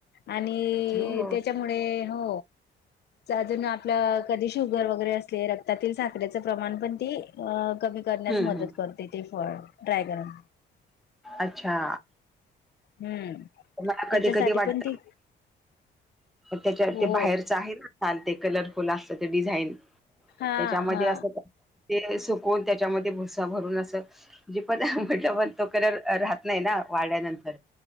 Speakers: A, on the left; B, in the centre.
A: आणि
B: हो
A: त्याच्यामुळे हो अजून आपल्या कधी शुगर वगैरे असले रक्तातील साखरेचं प्रमाण पण ती कमी करण्यास
B: हम्म
A: मदत
B: हम्म
A: करत. ते फळ ड्रायगन
B: अच्छा.
A: हम्म
B: मला
A: त्याच्यासाठी
B: कधी कधी वाटत
A: पण ती
B: त्याच्या
A: हो
B: ते बाहेरच आहे ना छान ते कलर. खुलं असत ते डिझाईन
A: हा
B: त्याच्यामध्ये
A: हा
B: अस. ते सुकवून त्याच्यामध्ये भुसा भरून असं. जे पण म्हटलं पण तो कलर राहत नाही ना वाड्यानंतर